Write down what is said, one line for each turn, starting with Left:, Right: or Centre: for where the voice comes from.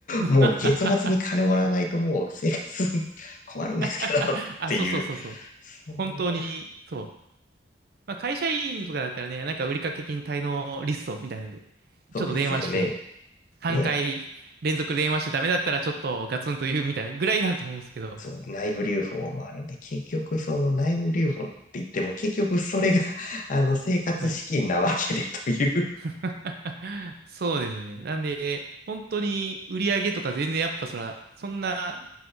Left: う、<laughs> もう月末に金もらわないともう生活
Right: あ。
Left: 困るんですけどっていう、
Right: <laughs> あ、そうそうそうそう。
Left: そんな、
Right: 本当に、そう。まあ、会社員とかだったらね、なんか売掛金滞納リストみたいなんで、
Left: そうですよね。
Right: ちょっと電話して、3回連続電話してダメだったらちょっとガツンと言うみたいなぐらいだと思うんですけど。
Left: ね、そう、内部留保もあるんで、結局その内部留保って言っても、結局それが <laughs> あの生活資金なわけでという。
Right: はい。<laughs> そうですね。なんで、本当に売り上げとか全然やっぱそら、そんな、